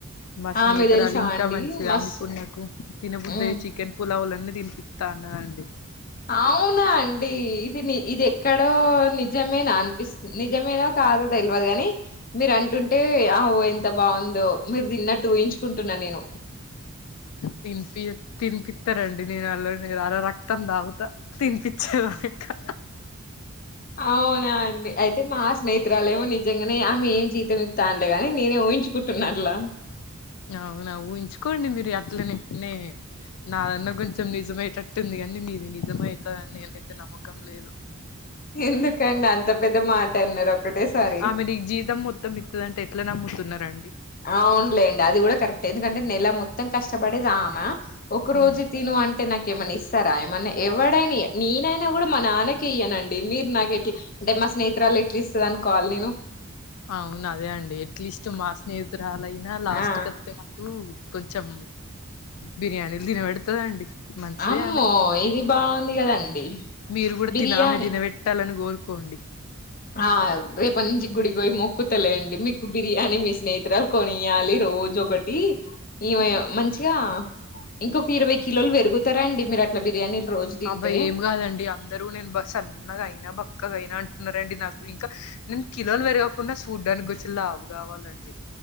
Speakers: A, on the left; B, on the left.
A: మా స్నేహతురాలు
B: ఆ మీకు తెలుసా
A: ఇంకా
B: అండి
A: మంచిది
B: మస్
A: ఆమె ఇప్పుడు నాకు తిన్న బుది
B: మ్మ్
A: ఏ చిక్ చికెన్ పులావులన్నీ తినిపిస్తా అన్నండి
B: అవునా అండి ఇది ఇది ఎక్కడో నిజమేనా నిజమేన కాదో తెలియదు కాగాని మీరు అంటుంటే అ ఊహ ఎంత బాగుందో మీరు తిన్నట్టు ఉహించుకుంటున్న నేను
A: తినిపి తినిపిస్తారండి నేను అల అలా రక్తం దాగుతా తినిపిచేదాకా
B: అవునా అండి అయితే మా స్నేహితురాలేమో నిజంగానే ఆమె ఏం జీతం తాండ గాని నేనే ఊహించుకుంటున్నలా
A: అవునా ఊహంచుకోండి మీరు అట్లనే ట్నే నాదన్న కొంచెం నిజమయటట్టుంది కానీ మీది నిజమవుత అని నేనైతే నమ్మకం లేదు
B: ఎందుకండి అంత పెద్ద మాట అన్నారు ఒక్కటేసారి
A: ఆమె నీకు జీతం మొత్తం ఇత్తదంటే ఎట్లా నమ్ముతున్నారండి
B: అవునులేండి అది కూడా కరెక్ట్ ఎందుకంటే నెల మొత్తం కష్టపడేది ఆమె ఒక రోజు
A: ఉమ్
B: తిను అంటే నాక్ ఏమన్నా ఇస్తారా ఏమన్నా ఎవడైనా ఈయడ్ నేనైనా కూడా మా నాన్నకే ఇయ్యానండి మీరు నాకు ఎట్లా నేను మా స్నేహితురాలు ఎట్ల ఇస్తుంది అను కోవాలి నేను
A: అవును అదే అండి ఎట్లీస్ట్ మా స్నేహితురాలయినా లాస్ట్
B: ఆ
A: క అయితే నాకు కొంచెం బిర్యానీలు తినబెడుతుందండి మంచిది
B: అమ్మో
A: ఆమె
B: ఇది బాగుంది కదండి
A: మీరు కూడా
B: బిర్యానీ
A: తిన ఆమె తినబెట్ ట్టాలని కోరుకోండి
B: ఆ రేపటి నుంచి గుడికి పోయి మొక్కుతలేండి మీకు బిర్యానీ మీ స్నేహితురాలు కొనియ్యాలి రోజు ఒకటి ఈమె మంచిగా ఇంకొక ఇరవై కిలోలు పెరుగుతారండీ మీరు అట్లా బిర్యానీలు రోజు తింటే
A: అబ్బాఏం కాదండి అందరూ నేను బాగా సన్నగైన బక్కగైన అంటున్నారండి నాకు ఇంకా నేను కిలోలు పెరుగకున్న చూడ్డానికి కొంచెం లావు కావాలండి